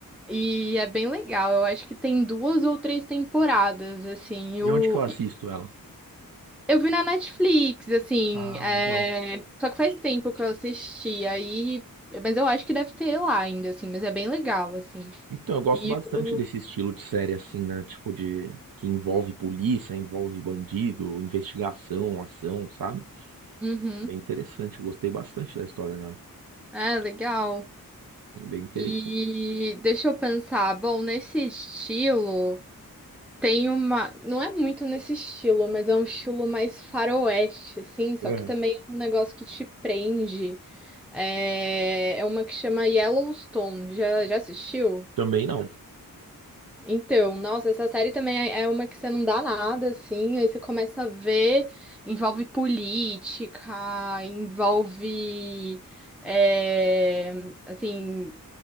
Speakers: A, in the centre; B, on the right.
A: E é bem legal, eu acho que tem duas ou três temporadas, assim, e
B: E
A: o,
B: onde que eu assisto ela?
A: eu vi na Netflix, assim,
B: Ah,
A: é,
B: legal.
A: só que faz tempo que eu assisti, aí, mas eu acho que deve ter lá ainda, assim, mas é bem legal, assim.
B: Então, eu gosto
A: E
B: bastante
A: o...
B: desse estilo de série assim, né? Tipo de que envolve polícia, envolve bandido, investigação, ação, sabe?
A: Uhum.
B: Bem interessante. eu Gostei bastante da história dela.
A: É, legal.
B: Bem interessante.
A: E deixa eu pensar, bom, nesse estilo, tem uma, não é muito nesse estilo, mas é um estilo mais faroeste, assim, só
B: É.
A: que também é um negócio que te prende. É, é uma que chama Yellowstone, já, já assistiu?
B: Também não.
A: Então, nossa, essa série também é é uma que você não dá nada, assim, aí você começa a ver, envolve política, envolve, é, assim,